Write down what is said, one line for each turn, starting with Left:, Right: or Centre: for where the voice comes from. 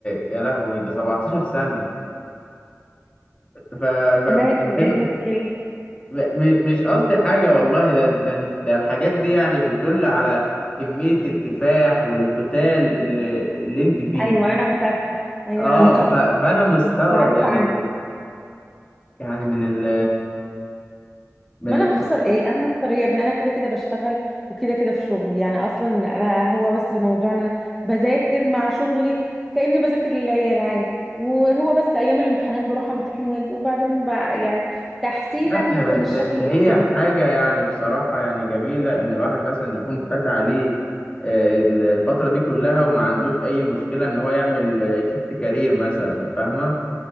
Left: يا لهوي ده 17 سنه ف فمن
Centre: ماشي
Left: 2000
Centre: ايه المشكلة
Left: م... م- مش قصدي حاجه والله ده ده ده الحاجات دي يعني بتدل على كميه الكفاح والقتال اللي, اللي انت فيه
Centre: ايوه انا مكافحة ايوه
Left: اه
Centre: انا مكافحة
Left: ف... فانا مستغرب
Centre: معروف
Left: يعني
Centre: عني
Left: انت يعني من ال من
Centre: ما انا
Left: ال
Centre: هخسر ايه انا هخسر ايه يا ابني انا كده كده بشتغل وكده كده في شغلي يعني اصلا انا هو بس الموضوع ان انا بذاكر مع شغلي كاني بذاكر للعيال عادي وهو بس ايام الامتحانات بروح امتحن واجي وبعدين بقى يعني تحسينا
Left: لا ب-
Centre: من الشكل
Left: بس
Centre: الاجتماعي
Left: هي حاجة يعني بصراحة يعني جميلة إن الواحد مثلا يكون فات عليه آه، ال- الفترة دي كلها وما عندوش أي مشكلة إن هو يعمل شيفت كارير مثلا فاهمة؟